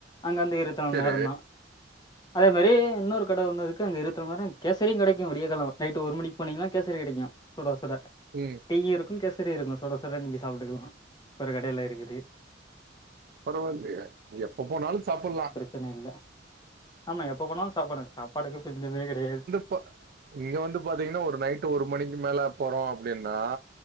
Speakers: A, on the left (about 20°); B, on the right (about 50°).
A: அங்க வந்து இருவத்து நாலு மண்
B: செரி
A: நேரோந்தா அதே மாரி இன்னொரு கட ஒன்னு இருக்கு அங்க இருவத்து நாலு மண் நேரோ கேசரியு கெடைக்கு விடியக்காலவ நைட்டு ஒரு மணிக்கு போனீங்கன்னா கேசரி கெடைக்கு சுட சுட
B: ம்
A: டியு இருக்கும் கேசரி இருக்கும் சுட சுட நீங்க சாப்புட்டுக்கலா ஒரு கடையில இருக்குது
B: பரவாயில்லயே எப்ப போனாலு சாப்புட்லா
A: ப்ரச்சனை இல்லை ஆமா நீங்க எப்ப போனாலு சாப்பாடுங்க சாப்பாடுக்கு பஞ்சமே கெடையாது
B: இப்ப இங்க வந்து பாத்தீங்கன்னா ஒரு நைட்டு் ஒரு மணிக்கு மேல போறோ அப்டின்னா